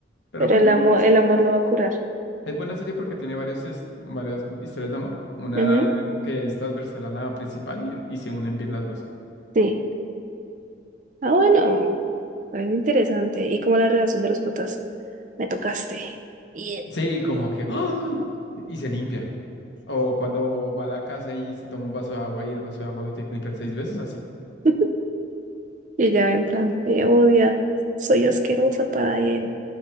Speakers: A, on the left; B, on the right.
A: Pero
B: pero
A: fue
B: el
A: muy
B: amor,
A: buena serie.
B: el amor lo va a curar.
A: Es buena serie porque tiene varios, es- varias co- historias de amor. Una
B: Ujú,
A: que es transversal a la principal y, y se unen bien las dos.
B: sí. Ah, bueno, parece interesante. ¿Y como la relación de los putas? Me tocaste. Y
A: Sí, como que ¡ah! y se limpia. O cuando va a la casa y se toma un vaso de agua y el vaso de agua lo tiene que limpiar seis veces, así.
B: <laughs> y ya en plan, me odia, soy asquerosa para él.